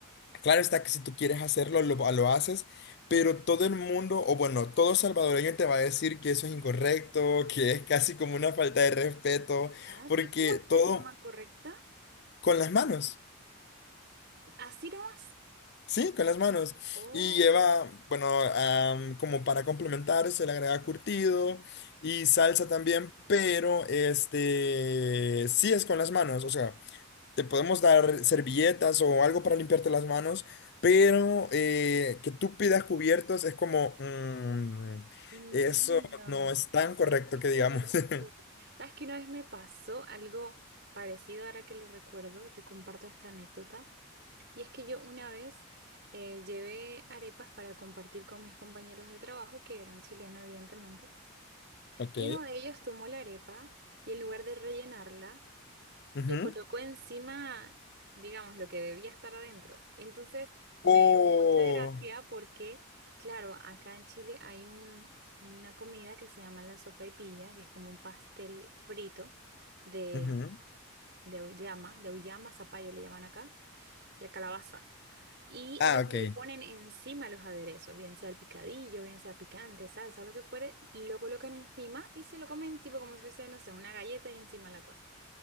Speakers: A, on the left; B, on the right.
A: claro está que si tú quieres hacerlo, lo, lo haces, pero todo el mundo, o bueno, todo salvadoreño te va a decir que eso es incorrecto, que es casi como una falta de respeto,
B: Ah,
A: porque
B: ¿y cómo es
A: todo...
B: la forma correcta?
A: Con las manos,
B: Así nomás.
A: sí, con las manos.
B: Oh.
A: Y lleva, bueno, am, como para complementar, se le agrega curtido y salsa también, pero este, sí es con las manos. O sea, te podemos dar servilletas o algo para limpiarte las manos, pero eh, que tú pidas cubiertos es como, mm,
B: Entiendo.
A: eso no es tan correcto
B: Ah, qué
A: que
B: curioso.
A: digamos. <laughs>
B: ¿Sabes que una vez me pasó algo parecido ahora que lo recuerdo y te comparto esta anécdota? Y es que yo una vez eh, llevé arepas para compartir con mis compañeros de trabajo que eran chilenos, evidentemente.
A: Ok.
B: Y uno de ellos tomó la arepa y en lugar de rellenarla,
A: Ujú.
B: le colocó encima, digamos, lo que debía estar adentro. Entonces me
A: O...
B: dio mucha gracia porque, claro, acá en Chile hay un- una comida que se llama la sopaipilla, que es como un pastel frito de,
A: ujú.
B: de auyama, de auyama, zapallo le llaman acá, la calabaza. Y
A: Ah,
B: ellos
A: ok.
B: le ponen encima los aderezos, bien sea el picadillo, bien sea picante, salsa, lo que fuere, lo colocan encima y se lo comen tipo como si fuese, no sé, una galleta y encima la costa.